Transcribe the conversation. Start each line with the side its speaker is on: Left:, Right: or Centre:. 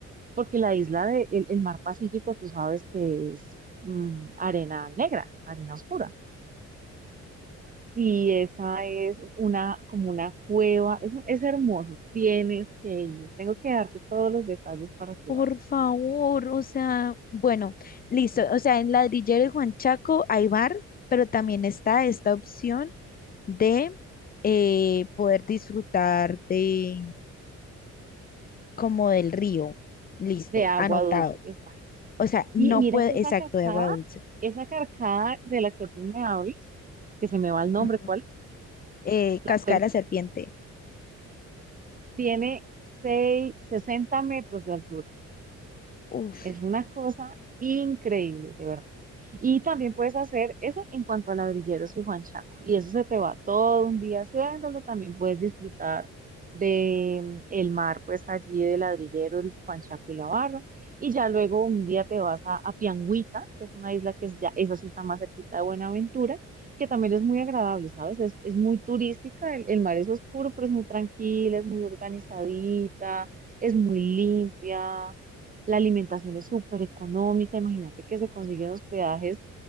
Right: porque la isla del el el mar Pacífico, tú sabes que es mm, arena negra, arena oscura. Y esa es una, como una cueva, es, es hermoso, tienes que ir. Tengo que darte todos los detalles para que
Left: Por
Right: vayas.
Left: favor, o sea, bueno, listo.
Right: Sí.
Left: O sea, en Ladrillero y Juan Chaco hay bar, pero también está esta opción de eh, poder disfrutar de como del río. Listo,
Right: de agua
Left: anotado.
Right: dulce. exacto.
Left: O sea, no
Right: Y mira
Left: puede,
Right: que esa
Left: exacto,
Right: cascada,
Left: de agua dulce.
Right: esa carcada de la que tú me hablas, que se me va el nombre,
Left: Ajá.
Right: ¿cuál es?
Left: Eh,
Right: La
Left: cascada
Right: Serpi.
Left: de la serpiente.
Right: Tiene seis, 60 metros de altura.
Left: Uf,
Right: Es una cosa increíble, de verdad. Y también puedes hacer eso en cuanto a ladrilleros y Juan Chaco. Y eso se te va todo un día haciéndolo. También puedes disfrutar de mm, el mar, pues allí de ladrilleros, Juan Chaco y la barra. Y ya luego un día te vas a, a Piangüita, que es una isla que es ya, esa sí está más cerquita de Buenaventura, que también es muy agradable, ¿sabes? Es, es muy turística, el, el mar es oscuro, pero es muy tranquila, es muy organizadita, es muy limpia. La alimentación es súper económica, imagínate que se consiguen hospedajes